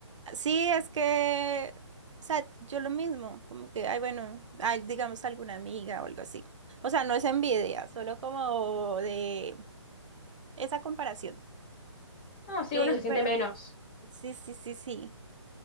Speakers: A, on the right (about 75°); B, on the left (about 20°).
A: Sí, es que, o sea, yo lo mismo, como que, ay, bueno, ay, digamos alguna amiga o algo así. O sea, no es envidia, solo como de esa comparación.
B: No, sí,
A: Yo
B: uno
A: digo,
B: se siente
A: pero
B: menos.
A: sí, sí, sí, sí.